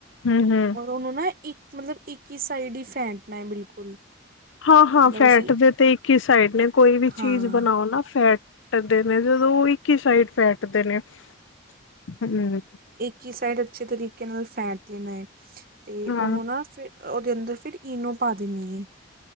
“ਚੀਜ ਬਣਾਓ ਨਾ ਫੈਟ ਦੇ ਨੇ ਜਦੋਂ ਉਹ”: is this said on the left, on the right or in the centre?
Left